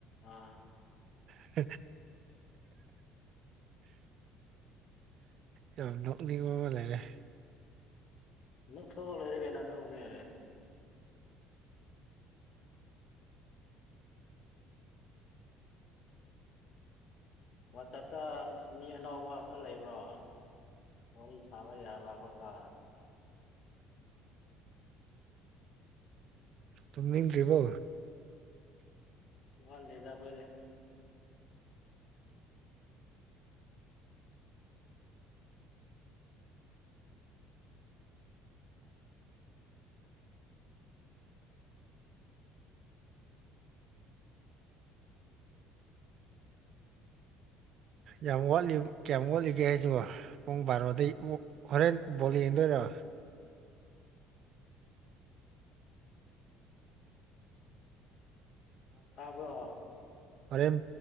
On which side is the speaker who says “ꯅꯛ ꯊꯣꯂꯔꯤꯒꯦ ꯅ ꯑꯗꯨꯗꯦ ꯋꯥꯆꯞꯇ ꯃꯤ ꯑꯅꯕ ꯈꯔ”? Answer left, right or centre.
Left